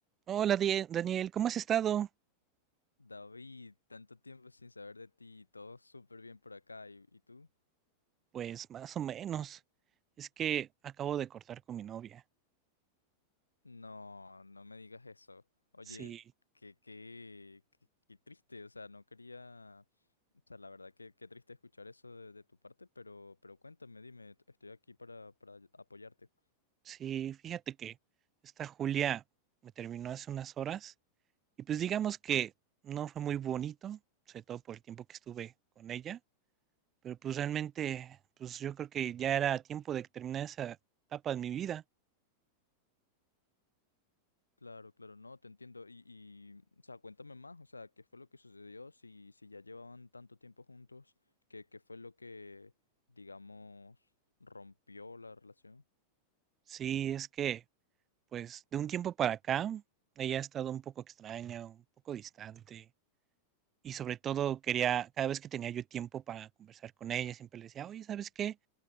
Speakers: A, on the right; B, on the left.
A: Hola Die- Daniel, ¿cómo has estado?
B: David, tanto tiempo sin saber de ti, todo súper bien por acá, ¿y, y tú?
A: Pues más o menos. Es que acabo de cortar con mi novia.
B: No, no me digas eso. Oye,
A: Sí,
B: qué, qué, qué, qué triste, o sea, no quería, o sea, la verdad que qué triste escuchar eso de, de tu parte, pero, pero cuéntame, dime, estoy aquí para, para apoyarte.
A: sí, fíjate que esta Julia me terminó hace unas horas y pues digamos que no fue muy bonito, sobre todo por el tiempo que estuve con ella, pero pues realmente, pues yo creo que ya era tiempo de terminar esa etapa de mi vida.
B: Claro, claro, no, te entiendo, y, y, o sea, cuéntame más, o sea, qué fue lo que sucedió, si, si ya llevaban tanto tiempo juntos, qué, qué fue lo que, digamos, rompió la relación.
A: Sí, es que pues de un tiempo para acá ella ha estado un poco extraña, un poco distante y sobre todo quería, cada vez que tenía yo tiempo para conversar con ella, siempre le decía, oye, ¿sabes qué?